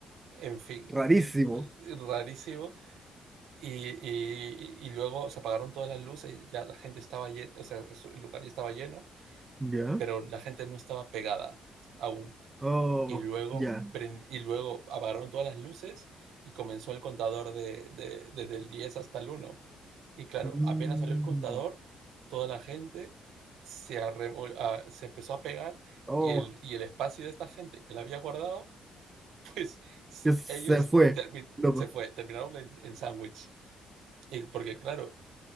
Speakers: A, on the right; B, on the right.
A: En fin,
B: Rarísimo.
A: rarísimo. Y, y- y luego se apagaron todas las luces, ya la gente estaba llena, o sea, el lugar ya estaba lleno,
B: Ya.
A: pero la gente no estaba pegada aún.
B: Oh,
A: Y luego
B: ya.
A: prend y luego apagaron todas las luces y comenzó el contador de de desde el 10 hasta el uno Y claro,
B: Mm,
A: apenas salió el contador, toda la gente se arrebol ah, se empezó a pegar
B: oh,
A: y el y el espacio de esta gente que la había guardado, <laughs> pues, se
B: que se
A: ellos
B: fue.
A: termi
B: Loco.
A: se fue, terminaron en en sándwich. Y porque claro,